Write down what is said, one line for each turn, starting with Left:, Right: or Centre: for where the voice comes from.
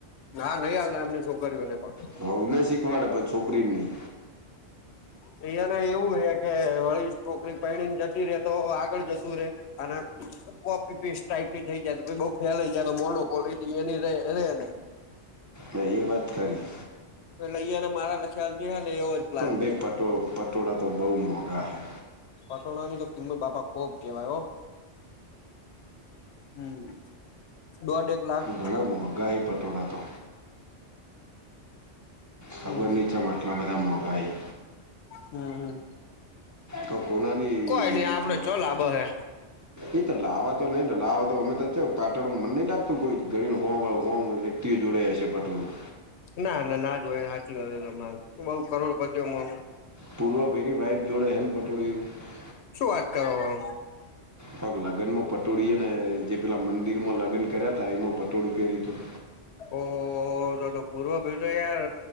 Left: ના નહી હાલના એમની છોકરીઓને પણ
Right: વહું ને શીખવાડે પણ છોકરી ને નહી
Left: બ <inaudible> એયાને એવું હે કે વળી છોકરી પરણીને જતી રે તો આગળ જશુ રે અને કોપી પેસ્ટ ટાઈપની થઇ જાય તો બો ફેલાઈ જાય ને મોનોપોલીટી એની રે <inaudible>
Right: હા એ વાત ખરી
Left: લઈએ અને મારા લખ્યાથી એવો જ પ્લાન
Right: પણ ભાઈ
Left: હે
Right: પટો પટોળા તો બઉ મોંઘા હૈ
Left: પટોડાની તો કિંમત બાપા ખોબ કહેવાય હો હમ દોઢ એક લાખ
Right: ઘણા મોંઘા હે પટોળા તો ખબર
Left: હમ
Right: ની ચેમ આટલા બધા મોંઘા હૈં
Left: હમ હમ
Right: તો કોનાની
Left: કોઈ નઈ આપડે ચો લાભ હે
Right: એ તો લાવવા તો નઈ લાવવા તો અમે તો <unintelligible> પાટોળું મન નહી લાગતું કોઈ ગયું હો હો વ્યક્તિઓ જોડ હશે પટોળું
Left: ના ના નાજ હોય હાચી વાત હોય તમારી બો કરોડ પતિઓ મો
Right: પૂર્વભાઈની વાઈફ જોડે હેન પટોળું એવું
Left: શું વાત કરો હો?
Right: હ <inaudible> પગ લગ્નમાં પટોળી ને જે પેલા મંદિરમાં લગ્ન કર્યા તા એમાં પટોળી પહેર્યું તું
Left: ઓ તો તો પૂર્વ ભાય તો યાર